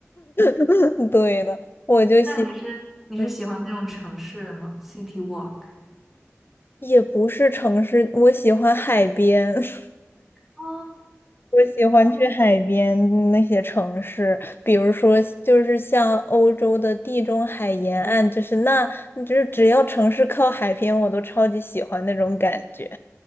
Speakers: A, on the left; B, in the centre.
A: <laughs> 对的，我就喜，
B: 那你是你是喜欢那种城市吗？City
A: 嗯，
B: Walk？
A: 也不是城市，我喜欢海边。<laughs>
B: 哦
A: 我喜欢去海边那些城市，
B: 哦
A: 比如说就是像欧洲的地中海沿岸，就是那，就是只要城市靠海边，我都超级喜欢那种感觉。